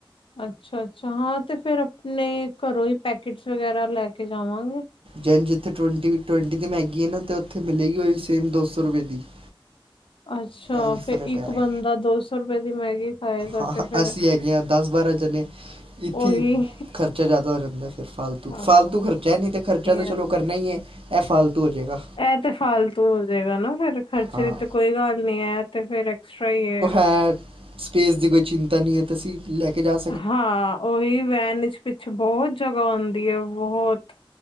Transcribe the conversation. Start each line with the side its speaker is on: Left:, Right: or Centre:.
Left: ਅੱਛਾ -ਅੱਛਾ ਹਾਂ ਤੇ ਫੇਰ ਆਪਣੇ ਘਰੋਂ ਈ ਪੈਕਟਸ ਵਗੈਰਾ ਲੈ ਕੇ ਜਾਵਾਂਗੇ।
Right: ਜੈਂਧ ਏਥੇ ਟਵੰਟੀ- ਟਵੰਟੀ ਦੀ ਮੈਗੀ ਐ ਨਾ ਤੇ ਓਥੇ ਮਿਲੇਗੀ ਓਈ ਸੇਮ ਦੋ ਸੌ ਰੁਪਏ ਦੀ। <inaudible>
Left: ਅੱਛਾ
Right: ਐਂਜ
Left: ਫਿਰ
Right: ਫ਼ਰਕ
Left: ਇੱਕ
Right: ਹੈ
Left: ਬੰਦਾ ਦੋ ਸੌ ਰੁਪਏ ਦੀ ਮੈਗੀ ਖਾਏਗਾ
Right: ਹਾਂ-
Left: ਤੇ
Right: ਹਾਂ
Left: ਫਿਰ
Right: ਅਸੀਂ ਹੈਗੇ ਹਾਂ ਦਸ ਬਾਰਾਂ ਜਣੇ। ਏਥੇ
Left: ਉਹੀ
Right: ਈ ਖਰਚਾ ਜਾਂਦਾ ਓ ਜਾਂਦਾ ਫੇਰ ਫਾਲਤੂ,
Left: ਹਾਂ
Right: ਫਾਲਤੂ ਖਰਚਾ ਐ ਨਈ ਤੇ ਖਰਚਾ
Left: ਨਹੀਂ
Right: ਤੇ ਚਲੋ ਕਰਨਾ ਈ ਏ। ਐ ਫਾਲਤੂ ਓ ਜੇਗਾ।
Left: ਐ ਤੇ ਫਾਲਤੂ ਓ ਜੇਗਾ ਨਾ ਫੇਰ, ਖਰਚੇ
Right: ਹਾਂ
Left: ਦੀ ਤੇ ਕੋਈ ਗੱਲ ਨੀ ਐ ਤੇ ਫੇਰ ਐਕਸਟਰਾ ਈ ਏ।
Right: ਐ ਸਪੇਸ ਦੀ ਕੋਈ ਚਿੰਤਾ ਨੀ ਏ ਤਸੀਂ- ਲੈ ਕੇ ਜਾ
Left: ਹਾਂ ਓਵੀ ਵੈਨ ਵਿਚ ਪਿੱਛੇ ਬੋਤ ਜਗ੍ਹਾ ਹੁੰਦੀ ਏ ਬਹੁਤ